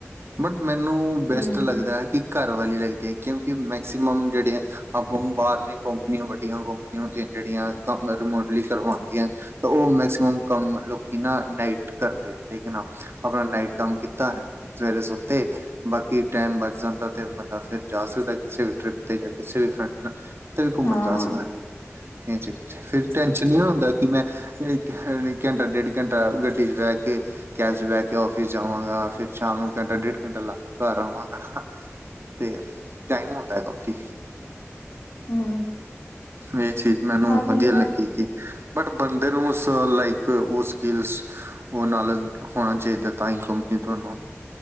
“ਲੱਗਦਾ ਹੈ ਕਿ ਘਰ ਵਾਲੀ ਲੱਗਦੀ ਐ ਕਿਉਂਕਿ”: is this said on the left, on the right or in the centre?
Right